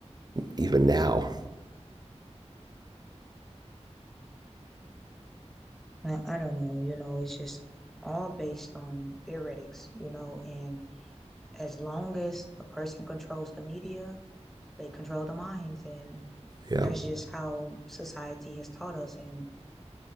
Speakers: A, in the centre; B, on the right.
A: yeah,
B: even now.
A: so I, I don't know, you know, it's just all based on theoretics, you know, and as long as a person controls the media, they control the minds and
B: Yeah,
A: That's just how society has taught us. And